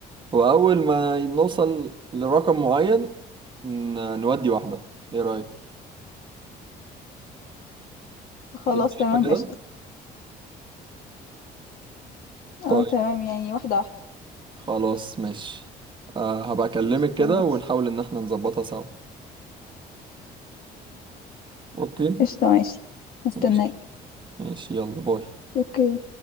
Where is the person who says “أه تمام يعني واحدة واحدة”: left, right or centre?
Left